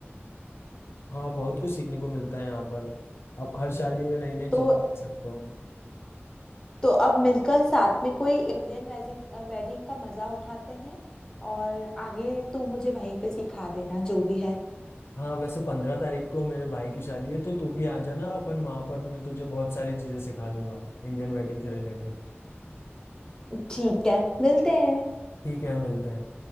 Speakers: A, on the left; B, on the left.
A: हाँ बहुत कुछ सीखने को मिलता है यहाँ पर आप हर शादी में नई नई
B: तो
A: चीज सीख सकते हो
B: तो अब मिलकर साथ में कोई इंडियन वेडिंग वेडिंग का मजा उठाते हैं और आगे तू मुझे वहीं पे सिखा देना जो भी है
A: हाँ वैसे पंद्रह तारीख को मेरे भाई की शादी है तो तू भी आ जाना अपन वहां पर मैं तुझे बहुत सारी चीजें सिखा दूंगा इंडियन वेडिंग से रिलेटेड
B: ठीक है मिलते हैं
A: ठीक है मिलते हैं